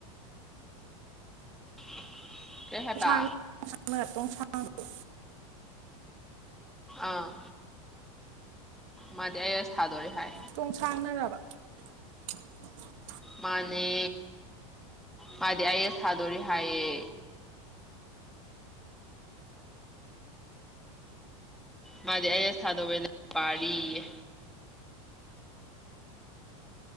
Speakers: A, in the centre; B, on the right (about 65°).
A: <inaudible> ꯍꯥꯏꯕ
B: ꯄꯁꯥꯡ <unintelligible> ꯄꯣꯡꯁꯥꯡꯗꯣ
A: ꯑꯥ ꯃꯥꯗꯤ ꯑꯩꯒꯥ ꯁꯗꯣꯔꯤ ꯍꯥꯏ
B: ꯇꯣꯡ ꯁꯥꯡꯅꯔꯕ <unintelligible>
A: ꯃꯥꯅꯦ ꯃꯥꯗꯤ ꯑꯩꯒ ꯁꯗꯣꯔꯤ ꯍꯥꯏꯌꯦ ꯃꯥꯗꯤ ꯑꯩꯒ ꯁ ꯗꯧꯕꯩ <unintelligible> ꯄꯥꯔꯤꯌꯦ